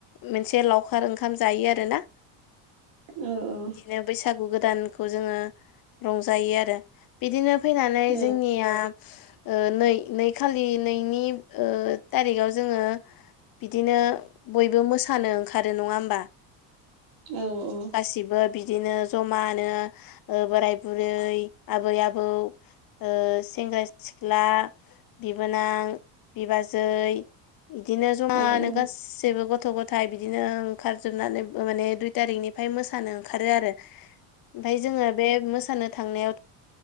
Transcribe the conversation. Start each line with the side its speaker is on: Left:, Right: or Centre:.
Left: मोनसे लावखार ओंखाम जायो आरो ना
Right: औ औ
Left: बिनो बैसागु गोदानखौ जोङो रंजायो आरो बिदिनो फैनानै
Right: औ
Left: जोंनिया ओ नै नै खालि नैनि ओ थारिखाव जोङो बिदिनो बयबो मोसानो ओंखारो नङा होमबा
Right: औ औ
Left: गासिबो बिदिनो जमानो ओ बोराय बुरै आबै आबौ ओ सेंग्रा सिख्ला बिबोनां बिबाजै बिदिनो जमानो
Right: औ
Left: गासैबो गथ' गथ' थाय बिदिनो ओंखारजोबनानै माने दुइ थारिकनि ओमफाय मोसानो ओंखारो आरो ओमफाय